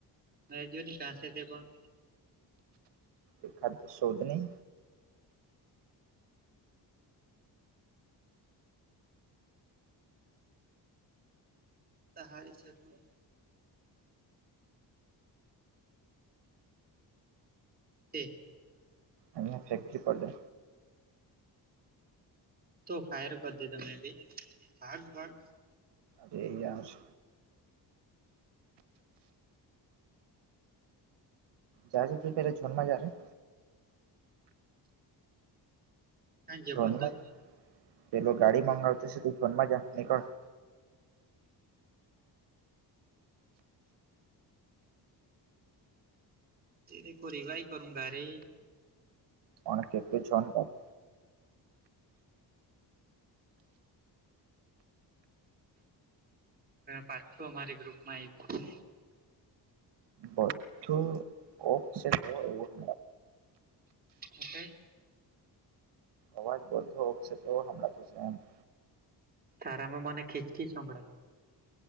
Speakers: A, on the right; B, on the right.
A: ના જો ને કાંસે તે પણ
B: એખાદ શોધની
A: તહાર છે ઘર તે
B: એ ફેક્ટરી પડલે
A: તો ફાયર કરી દે ત મેને બી ભાગ ભાગ
B: હ એહીય છે જજ તું પેર ઝન્મા જ રારે <unintelligible>
A: ક જે
B: સોનમાં
A: બંદર
B: પેલો ગાડી મગાવતો છે તું સોનમાં જા નીકળ
A: તેરે કો રિવાહી કરુંગા રે
B: અને કે પેછન ક <unintelligible>
A: પાછું અમારી ગ્રુપમાં આવી
B: બો ું <unintelligible> ઓક છે ક એવું
A: હુ કે?
B: અવાજ બોધક છે, એવું હમણાંતું તોણા તો
A: તારા મા મને ખીચ ખીચ સંભળાય